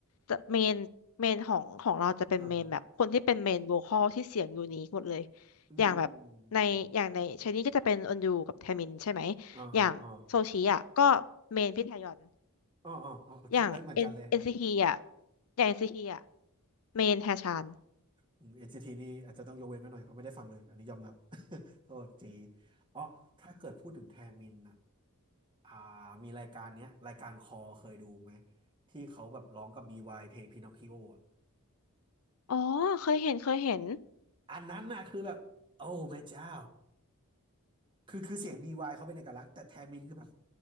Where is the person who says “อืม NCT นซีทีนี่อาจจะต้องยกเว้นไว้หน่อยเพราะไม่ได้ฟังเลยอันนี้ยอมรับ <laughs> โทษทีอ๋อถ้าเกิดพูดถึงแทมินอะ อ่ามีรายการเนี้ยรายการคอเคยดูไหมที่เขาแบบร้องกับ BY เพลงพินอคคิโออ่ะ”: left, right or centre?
Right